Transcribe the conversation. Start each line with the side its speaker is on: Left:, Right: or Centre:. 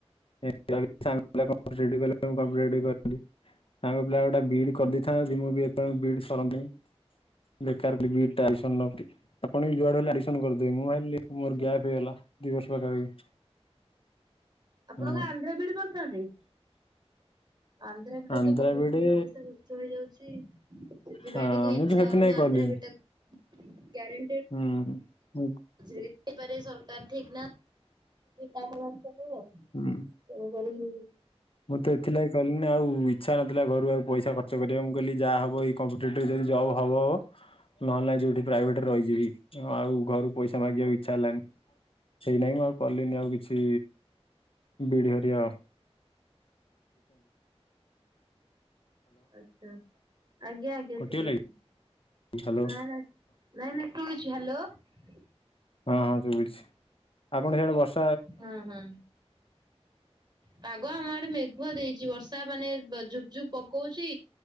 Left: <inaudible> ସାଙ୍ଗ ପିଲା ଗୋଟେ ବିଡ କରିଦେଇଥାନ୍ତା ଯଦି ମୁଁ ବି ଏତେବେଳକୁ ବିଡି ସରନ୍ତିଣି। <unintelligible> ବିଟା ଇସନ ନି <inaudible> ଆପଣବି ଯୁଆଡେ ହେଲେ ଆକ୍ସନ କରିଦେବେ ମୁଁ ଭାବିଲି ମୋର
Right: ହଁ।
Left: ଗ୍ୟାପ୍ ହେଇଗଲା ଦି ବର୍ଷ ପାଖାପାଖି।
Right: ଆପଣ
Left: ହଁ
Right: କଣ ଆନ୍ଧ୍ରା ବିଡି କରିଥାନ୍ତେ? ଆନ୍ଧ୍ରବିଡରେ
Left: ଆନ୍ଧ୍ରା
Right: ତ ବହୁତ
Left: ବିଇଡି
Right: ଗୁଡେ ପଇସା ଖର୍ଚ୍ଚ ହେଇଯାଉଛି। ସେଥିପାଇଁ
Left: ହଁ
Right: ଟିକେ
Left: ମୁଁ
Right: ଇଚ୍ଛା
Left: ତ ସେଥିଲାଗି
Right: ହଉନି ଆନ୍ଧ୍ରବିଡ
Left: କଲିନି
Right: ଟା ଗାରେଣ୍ଟି
Left: ହୁଁ
Right: ଝଇପାରିବ ସରକାର ଠିକ ନା କାମ ମାନ ଚଲେଇବ।
Left: ହୁଁ
Right: ତଣ କରିବି
Left: ମୁଁ ତ ଏଥିଲାଗି କହିଲିନି ଆଉ ଇଚ୍ଛା ନଥିଲା ଘରୁ ଆଉ ପଇସା ଖର୍ଚ୍ଚ କରିବାକୁ ମୁଁ କହିଲି ଯାହା ହବ ଏଇ କମ୍ପିଟେଟିଭ୍ ଯଦି ଜବ୍ ହବ ହବ ନହେଲେ ଯେଉଁଠି ପ୍ରାଇଭେଟରେ ରହିଯିବି ଆଉ ଘରକୁ ପଇସା ମାଗିବାକୁ ଇଚ୍ଛା ହେଲାନି। ସେଇ ନାହିଁ ମୁଁ ଆଉ କଲିିନି ଆଉ କିଛି ବିଡ଼ି ହରିଆ
Right: ଆଛା ଆଜ୍ଞା ଆଜ୍ଞା
Left: କଟିଗଲା
Right: ଶୁଣୁଛିୁ।
Left: କି ହ୍ୟାଲୋ
Right: ନାଇଁ ନାଇ <unintelligible> <unintelligible> ହ୍ୟାଲୋ
Left: ହଁ ହଁ ସବୁଝଛି ଆପଣ ହାଆଡେ ବର୍ଷ
Right: ହଁ ହଁ ପାଗ ଆମ ଗଟେ ମେଘୁଆ ଦେଇଛି। ବର୍ଷା ମାନେ ଝୁପ ଝୁପ ପକଉଛି